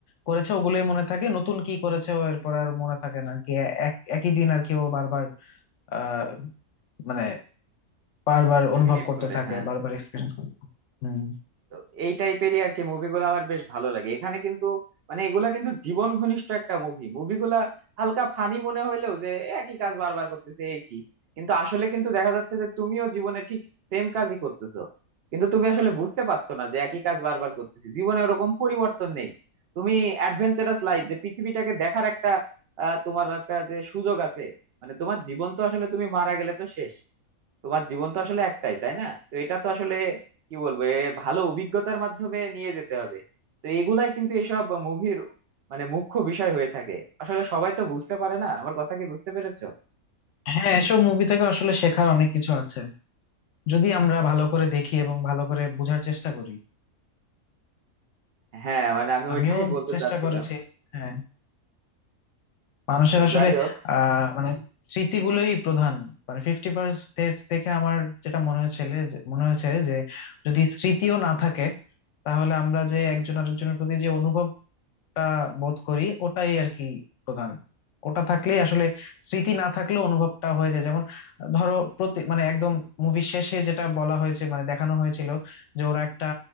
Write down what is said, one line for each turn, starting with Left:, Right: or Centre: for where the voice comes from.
Left: করেছে ওগুলোই মনে থাকে নতুন কি করেছে ও এরপর আর মনে থাকে না আর কি এ- এক- একই দিন আর কি ও বারবার আহ মানে বারবার অনুভব
Right: রিলেট
Left: করতে
Right: করে
Left: থাকে
Right: হ্যাঁ
Left: বারবার এক্সপিরিয়েন্স করতে থাকে। হুম
Right: তো এই টাইপেরই আর কি মুভিগুলো আমার বেশ ভালো লাগে এখানে কিন্তু মানে এগুলা কিন্তু জীবন ঘনিষ্ঠ একটা মুভি মুভিগুলা হালকা ফানি মনে হইলেও যে একই কাজ বারবার করতেছে একই কিন্তু আসলে কিন্তু দেখা যাচ্ছে যে তুমিও জীবনে ঠিক সেম কাজই করতেছো কিন্তু তুমি আসলে বুঝতে পারতো না যে একই কাজ বারবার করতেছি জীবনে ওরকম পরিবর্তন নেই তুমি অ্যাডভেঞ্চারাস লাইফ যে পৃথিবীটাকে দেখার একটা আহ তোমার একটা যে সুযোগ আছে মানে তোমার জীবন তো আসলে তুমি মারা গেলে তো শেষ তোমার জীবন তো আসলে একটাই তাই না তো এটা তো আসলে কি বলবো এ ভালো অভিজ্ঞতার মাধ্যমে নিয়ে যেতে হবে তো এগুলাই কিন্তু এসব মুভির মানে মুখ্য বিষয় হয়ে থাকে আসলে সবাই তো বুঝতে পারে না আমার কথা কি বুঝতে পেরেছো
Left: হ্যাঁ এসব মুভি থেকে আসলে শেখার অনেক কিছু আছে যদি আমরা ভালো করে দেখি এবং ভালো করে বোঝার চেষ্টা করি
Right: হ্যাঁ মানে আমি
Left: আমিও
Right: ওইটাই <laughs> বলতে
Left: চেষ্টা
Right: চাচ্ছিলাম
Left: করেছি হ্যাঁ মানুষের
Right: তো
Left: আসলে
Right: যাই হোক
Left: আহ মানে স্মৃতিগুলোই প্রধান মানে ফিফটি ফার্স্ট ডেটস দেখে আমার যেটা মনে হয়েছিল যে মনে হয়েছে যে যদি স্মৃতিও না থাকে তাহলে আমরা যে একজন আরেকজনের প্রতি যে অনুভব একটা বোধ করি ওটাই আর কি প্রধান ওটা থাকলেই আসলে স্মৃতি না থাকলেও অনুভবটা হয়ে যায় যেমন ধরো প্রতি মানে একদম মুভির শেষে যেটা বলা হয়েছে মানে দেখানো হয়েছিল যে ওরা একটা